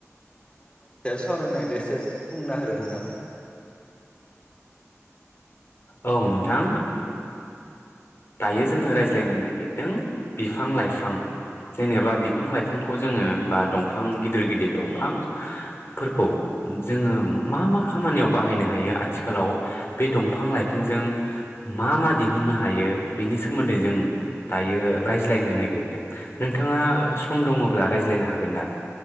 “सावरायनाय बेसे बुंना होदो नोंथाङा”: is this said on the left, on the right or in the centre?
Left